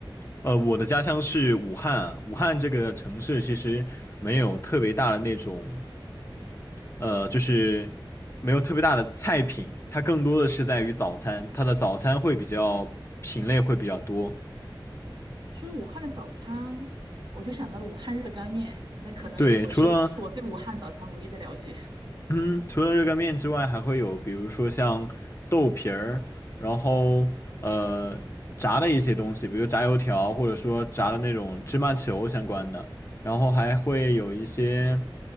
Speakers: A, on the left; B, on the right.
A: 呃，我的家乡是武汉，武汉这个城市其实没有特别大的那种，呃，就是没有特别大的菜品，它更多的是在于早餐，它的早餐会比较品类会比较多。
B: 说武汉的早餐，我就想到了武汉热干面，那可能我是是我对武汉早餐唯一的了解。
A: 对，除了
B: <laughs>
A: 嗯，除了热干面之外，还会有比如说像豆皮儿，然后呃炸的一些东西，比如炸油条，或者说炸的那种芝麻球相关的，然后还会有一些